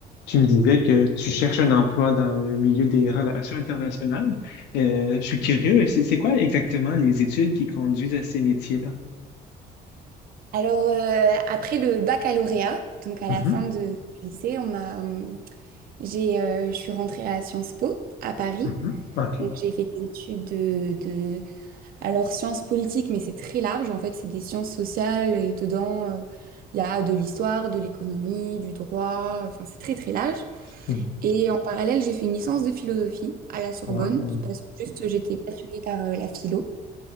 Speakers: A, on the left; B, on the right.
A: Tu me disais que tu cherches un emploi dans le milieu des relations internationales. Euh, je suis curieux, c'est c'est quoi exactement les études qui conduisent à ces métiers-là?
B: Alors, euh, après le baccalauréat, donc à
A: Mhm,
B: la fin de du lycée, on a, hum, j'ai, euh, je suis rentrée à Sciences Po à Paris.
A: mhm. OK.
B: Donc, j'ai fait des études de, de- alors sciences politiques, mais c'est très large. En fait, c'est des sciences sociales et dedans, euh, il y a de l'histoire, de l'économie, du droit. Enfin, c'est très, très large.
A: Mm,
B: Et en parallèle, j'ai fait une licence de philosophie à la Sorbonne
A: trois, mm.
B: parce que juste j'étais passionnée par euh, la philo.